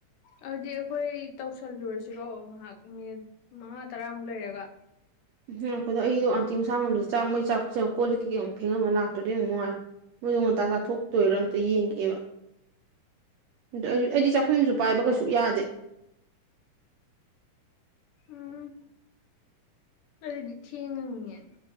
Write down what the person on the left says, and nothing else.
ꯑꯗꯨꯗꯤ ꯑꯩꯈꯣꯏ ꯇꯧꯁꯜꯂꯨꯔꯁꯤꯔꯣ ꯉꯥꯏꯍꯥꯛ ꯃꯤꯅꯤꯠ ꯃꯉꯥ ꯇꯔꯥꯃꯨꯛ ꯂꯩꯔꯒ
ꯎꯝ ꯑꯗꯨꯗꯤ ꯊꯦꯡꯉꯅꯤꯌꯦ